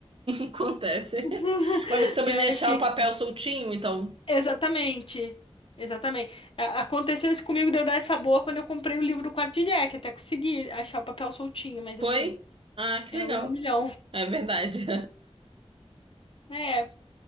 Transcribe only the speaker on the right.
Acontece.
Mas você também
não ia achar
o papel soltinho, então.
Foi?
Ah, que
legal.
É verdade. <laughs>